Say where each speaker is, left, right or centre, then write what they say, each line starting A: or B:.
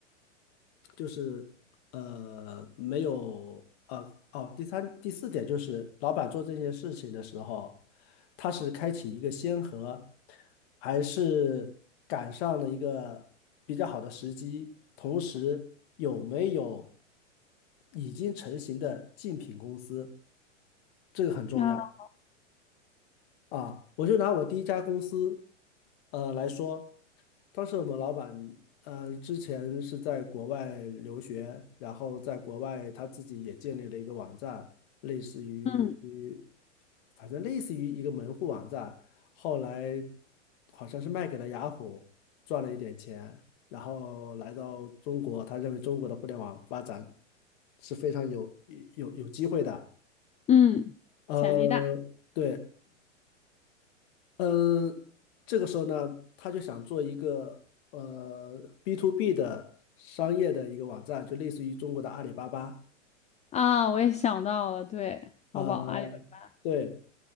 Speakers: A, on the left; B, on the left.
A: 就是呃没有呃哦，第三第四点就是老板做这件事情的时候，他是开启一个先河，还是赶上了一个比较好的时机，同时有没有已经成型的竞品公司，这个很重要。
B: 啊
A: 啊，我就拿我第一家公司，呃来说，当时我们老板，呃，之前是在国外留学，然后在国外他自己也建立了一个网站，类似于，
B: 嗯
A: 反正类似于一个门户网站，后来好像是卖给了雅虎，赚了一点钱，然后来到中国，他认为中国的互联网发展是非常有有有有机会的。
B: 嗯，
A: 呃，
B: 潜力大
A: 对，嗯，这个时候呢，他就想做一个呃 B to B 的商业的一个网站，就类似于中国的阿里巴巴。
B: 啊，我也想到了，对，
A: 呃，
B: 淘宝、阿里巴巴，
A: 对，